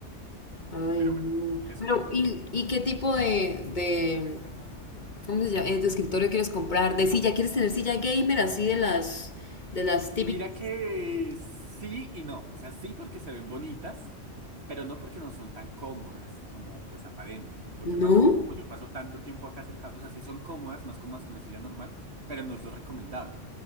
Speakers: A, on the left; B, on the right.
A: Ay,
B: Pero bueno,
A: no.
B: eso
A: Pero,
B: te cuento.
A: ¿y, y qué tipo de, de ¿Cómo se llama? Eh, de escritorio quieres comprar, de silla, ¿quieres tener silla gamer así de las de las típicas?
B: Mira que sí y no. O sea, sí porque se ven bonitas, pero no porque no son tan cómodas como pues aparentan. Lo
A: No,
B: que pasa es que como yo paso tanto tiempo acá sentado, o sea, sí son cómodas, más cómodas que una silla normal, pero no es lo recomendable.